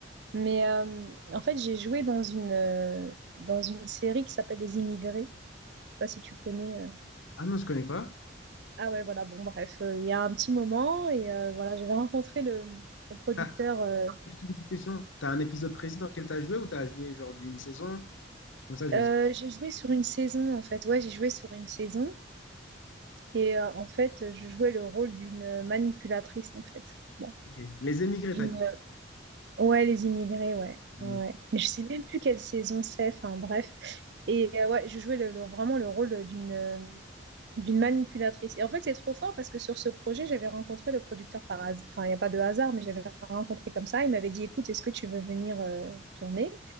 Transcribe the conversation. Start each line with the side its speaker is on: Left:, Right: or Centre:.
Right: mais euh, en fait, j'ai joué dans une euh, dans une série qui s'appelle Les Immigrés. Je sais pas si tu connais. euh.
Left: ah non, je connais pas.
Right: Ah ouais, voilà, bon bref, euh, il y a un petit moment et euh, voilà, j'avais rencontré le, le producteur
Left: Ah,
Right: euh,
Left: Juste une petite question. T'as un épisode précis dans lequel t'as joué ou t'as joué genre d'une saison? Comme ça, je vais
Right: euh,
Left: dire.
Right: j'ai joué sur une saison en fait. Ouais, j'ai joué sur une saison Et euh, en fait, je jouais le rôle d'une manipulatrice, en fait. Bon,
Left: Ok. Les émigrés,
Right: d'une,
Left: t'as dit.
Right: euh, ouais, les immigrés, ouais,
Left: Les
Right: ouais. Mais je sais même plus quelle saison c'est. Enfin, bref. Et euh, ouais, je jouais le- le- vraiment le rôle d'une euh, d'une manipulatrice. Et en fait, c'est trop fort parce que sur ce projet, j'avais rencontré le producteur par hasard. Enfin, il n'y a pas de hasard, mais j'avais rencontré comme ça. Il m'avait dit, écoute, est-ce que tu veux venir euh, tourner?